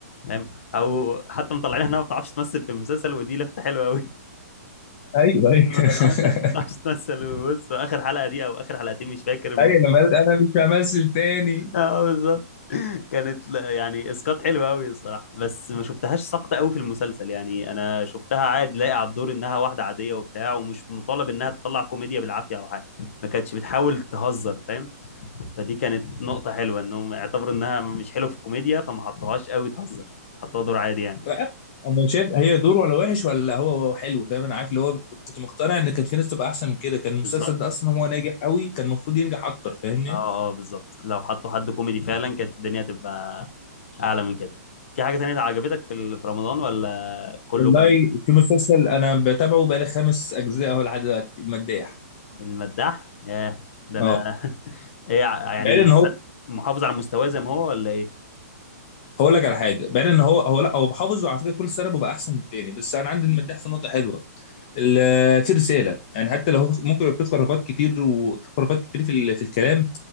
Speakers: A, on the left; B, on the left.
A: فاهم او حتى مطلعينها انها ما بتعرفش تمثل في المسلسل ودي لفته حلوه قوي
B: ايوه ايوه
A: انا
B: <laughs>
A: طلعنا نمثل <laughs> بص اخر حلقه دي او اخر حلقتين مش فاكر لما
B: ايوه لما قالت انا مش همثل تاني
A: <laughs> اه بالظبط كانت لا- يعني اسقاط حلو قوي الصراحه بس ما شفتهاش ساقطه قوي في المسلسل يعني انا شفتها عادي لاقي على الدور انها واحده عاديه وبتاع ومش مطالب انها تطلع كوميديا بالعافيه او حاجه ما كانتش بتحاول تهزر فاهم فدي كانت نقطه حلوه انهم اعتبروا انها مش حلوه في الكوميديا فما حطوهاش قوي تهزر حطوها دور عادي يعني
B: انا عارف- أنا شايف هي دور ولا وحش ولا هو هو حلو فاهم انا عارف اللي هو كنت مقتنع ان كان في ناس تبقى احسن من كده كان المسلسل
A: بالظبط
B: ده اصلا هو ناجح قوي كان المفروض ينجح اكتر فاهمني
A: اه اه بالظبط لو حطوا حد كوميدي فعلا كانت الدنيا هتبقى اعلى من كده في حاجه تانية عجبتك في ال- في رمضان ولا كله
B: والله
A: كان
B: في مسلسل انا بتابعه بقالي خمس اجزاء اهو لحد دلوقتي مداح
A: المداح ياه ده انا
B: اه
A: <laughs> ايه ع- يعني
B: بعيد ان هو
A: حد محافظ على مستواه زي ما هو ولا ايه
B: هقول لك على حاجه بعيد ان هو هو لا هو بحافظ وعلى فكره كل سنه ببقى احسن من التاني بس انا عندي المداح في نقطه حلوه ال- في رساله يعني حتى لو هو ممكن يبقى في خرافات كتير وفي خرافات كتير في ال- في الكلام